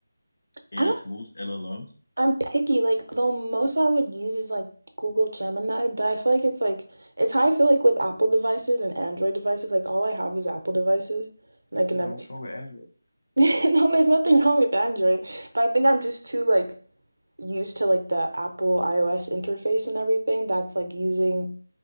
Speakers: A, on the left; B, on the right.
A: AI
B: I don't,
A: tools, LLMs?
B: I'm picky. Like, the most I would use is like Google Gemini, but I feel like it's like, it's how I feel like with Apple devices and Android devices. Like, all I have is Apple devices, and I can
A: Damn,
B: never,
A: what's wrong with
B: <laughs>
A: Android?
B: no, there's nothing wrong with Android, but I think I'm just too like used to like the Apple iOS interface and everything that's like using.